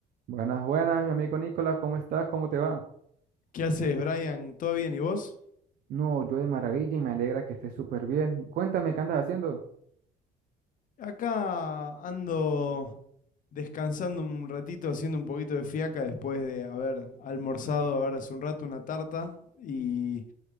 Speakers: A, on the right (about 60°); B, on the left (about 50°).
A: Buenas, buenas, mi amigo Nicolás, ¿cómo estás? ¿Cómo te va?
B: ¿Qué haces, Brian? ¿Todo bien? ¿Y vos?
A: No, yo de maravilla y me alegra que estés súper bien. Y Cuéntame, ¿qué andas haciendo?
B: Acá ando descansando un ratito, haciendo un poquito de fiaca después de haber almorzado ahora hace un rato una tarta. Y,